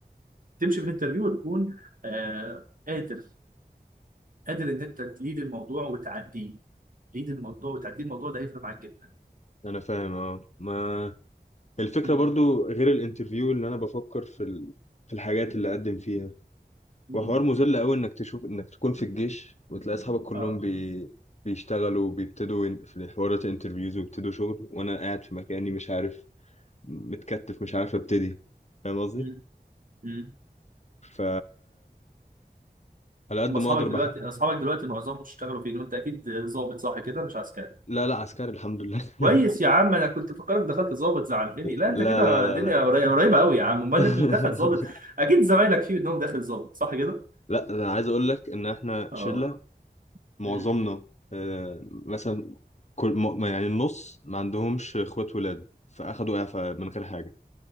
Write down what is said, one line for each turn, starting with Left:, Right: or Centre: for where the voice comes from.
Right: تمشي في الانترفيو وتكون آه قادر قادر ان انت تليد الموضوع وتعديه تليد الموضوع وتعديه الموضوع ده هيفرق معاك جدا
Left: انا فاهم اه ما الفكره
Right: امم
Left: برضو غير الانترفيو اللي انا بفكر في ال... في الحاجات اللي اقدم فيها
Right: امم
Left: وحوار مذل قوي انك تشوف انك تكون في الجيش وتلاقي اصحابك كلهم
Right: اه
Left: بي... بيشتغلوا وبيبتدوا ين- في حوارات انترفيوز ويبتدوا شغل وانا قاعد في مكاني مش عارف متكتف مش عارف ابتدي فاهم قصدي
Right: امم امم
Left: ف على قد
Right: أما
Left: ما
Right: اصحابك
Left: اقدر
Right: دلوقتي
Left: بح...
Right: اصحابك دلوقتي معظمهم اشتغلوا فين وانت اكيد ظابط صح كده مش عسكري
Left: لا لا عسكري الحمد لله <laughs>
Right: كويس يا عم انا كنت فكرك دخلت ظابط زعلتني لا
Left: لا
Right: انت كده
Left: لا لا
Right: الدنيا
Left: لا
Right: قري- قريبه قوي يا عم امال
Left: <laughs>
Right: اللي دخل ظابط اكيد زمايلك فيه منهم داخل ظابط صح كده
Left: لا انا عايز اقول لك ان احنا
Right: اه
Left: شله معظمنا
Right: أمم.
Left: آه، مثلا كل م- يعني النص ما عندهمش اخوات ولاد فاخدوا اعفاء من غير حاجه